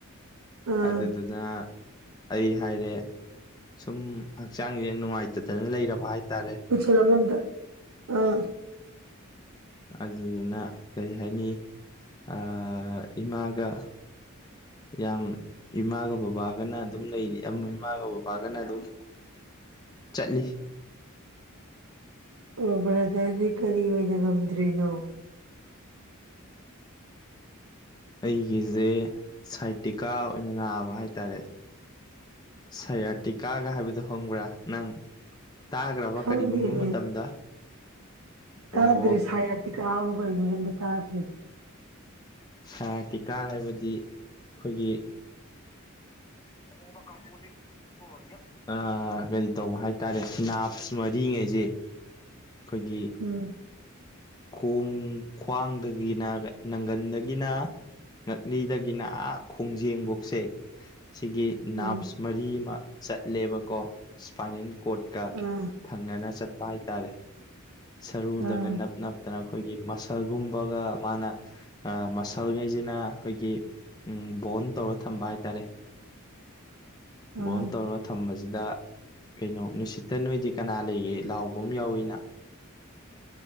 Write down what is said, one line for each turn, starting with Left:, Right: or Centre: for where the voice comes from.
Right: ꯑꯥ
Left: ꯑꯗꯨꯗꯨꯅ ꯑꯩ ꯍꯥꯏꯔꯦ ꯁꯨꯝ ꯍꯛꯆꯥꯡꯁꯦ ꯅꯨꯡꯉꯥꯏꯇꯗꯅ ꯂꯩꯔꯕ ꯍꯥꯏꯇꯥꯔꯦ
Right: ꯄꯆꯂ <unintelligible> ꯑꯃꯗ ꯑꯥ
Left: ꯑꯗꯨꯗꯨꯅ ꯀꯔꯤ ꯍꯥꯏꯅꯤ ꯑꯥ ꯏꯃꯥꯒ ꯌꯥꯝ ꯏꯃꯥꯒ ꯕꯕꯥꯒꯅ ꯑꯗꯨꯝ ꯂꯩꯔꯤ ꯑꯃ ꯏꯃꯥꯒ ꯕꯕꯥꯒꯅ ꯑꯗꯨꯝ ꯆꯠꯂꯤ
Right: ꯑꯣ ꯕ꯭ꯔꯗꯔꯗꯤ ꯀꯔꯤ ꯑꯣꯏꯅ ꯉꯝꯗ꯭ꯔꯤꯅꯣ
Left: ꯑꯩꯒꯤꯁꯦ ꯁꯥꯏꯇꯤꯀꯥ ꯑꯣꯏꯅ ꯅꯥꯕ ꯍꯥꯏꯇꯥꯔꯦ ꯁꯌꯥꯔꯇꯤꯀꯥꯒ ꯍꯥꯏꯕꯗꯣ ꯈꯪꯕ꯭ꯔꯥ ꯅꯪ ꯇꯥꯒ꯭ꯔꯕ
Right: ꯈꯪꯗꯦꯅꯦ
Left: ꯀꯔꯤꯒꯨꯝꯕ ꯃꯇꯝꯗ
Right: ꯇꯥꯗ꯭ꯔꯦ
Left: ꯑꯣ
Right: ꯁꯌꯥꯔꯇꯤꯕꯨ ꯀꯩꯅꫭ ꯑꯃꯇꯥ ꯇꯥꯗ꯭ꯔꯤ
Left: ꯁꯌꯥꯔꯇꯤꯀꯥ ꯍꯥꯏꯕꯗꯤ ꯑꯩꯈꯣꯏꯒꯤ ꯑꯃꯨ ꯑꯃ ꯀꯥꯡꯄꯨꯁꯤ <unintelligible> ꯑꯥ ꯀꯔꯤ ꯇꯧꯕ ꯍꯥꯏꯇꯥꯔꯦ ꯅꯥꯞꯁ ꯃꯔꯤꯒꯩꯁꯦ ꯑꯩꯈꯣꯏꯒꯤ
Right: ꯎꯝ
Left: ꯈꯣꯡ ꯈ꯭ꯋꯥꯡꯗꯒꯤꯅ ꯅꯪꯒꯟꯔ ꯗꯒꯤꯅ ꯉꯛꯂꯤꯗꯒꯤꯅ ꯑꯥ ꯈꯣꯡꯖꯦꯡꯐꯧꯁꯦ ꯁꯤꯒꯤ ꯅꯥꯞꯁ
Right: ꯎꯝ
Left: ꯃꯔꯤ ꯑꯃ ꯆꯠꯂꯦꯕꯀꯣ ꯏꯁꯄꯥꯏꯅꯜ ꯀꯣꯔꯠꯀ
Right: ꯑꯥ
Left: ꯊꯪꯅꯅ ꯆꯠꯄ ꯍꯥꯏꯇꯥꯔꯦ ꯁꯔꯨꯗꯒ
Right: ꯑꯥ
Left: ꯅꯞ ꯅꯞꯇꯅ ꯑꯩꯈꯣꯏꯒꯤ ꯃꯁꯜꯒꯨꯝꯕꯒ ꯃꯥꯅ ꯑꯥ ꯃꯁꯜꯒꯩꯁꯤꯅ ꯑꯩꯈꯣꯏꯒꯤ ꯎꯝ ꯕꯣꯟ ꯇꯧꯔ ꯊꯝꯕ ꯍꯥꯏꯇꯥꯔꯦ ꯕ‌ꫭꯟ
Right: ꯑꯥ
Left: ꯇꯧꯔꯥ ꯊꯝꯕꯁꯤꯗ ꯀꯩꯅꯣ ꯅꯨꯡꯁꯤꯠꯇ ꯅꯣꯏꯗꯤ ꯀꯅꯥ ꯂꯩꯒꯦ ꯂꯥꯎꯕꯝ ꯑꯃ ꯌꯥꯎꯏꯤꯅ